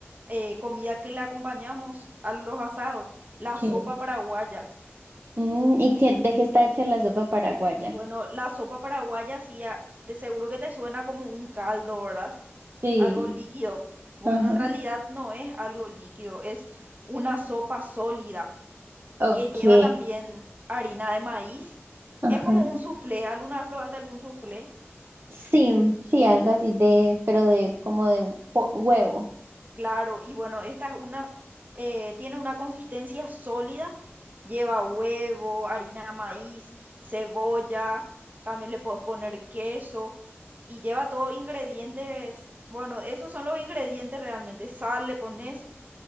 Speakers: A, on the right (about 35°); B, on the right (about 55°).
A: eh, comida que le acompañamos a los asados? La
B: Chévere.
A: sopa paraguaya.
B: Mm, ¿y qué, de qué está hecha la sopa paraguaya?
A: Bueno, la sopa paraguaya sí, a- te seguro que te suena como un caldo, ¿verdad?
B: Sí.
A: Algo líquido. Bueno,
B: Ajá.
A: en realidad no es algo líquido, es una sopa sólida.
B: Ok.
A: que lleva también harina de maíz.
B: Ajá.
A: Es como un soufflé. ¿Alguna vez probaste algún soufflé?
B: Sí, sí, algo así de, pero de como de po- huevo.
A: Claro, y bueno, esta es una, eh, tiene una consistencia sólida. Lleva huevo, harina de maíz, cebolla, también le puedes poner queso y lleva todos ingredientes. Bueno, esos son los ingredientes realmente. Sal le pones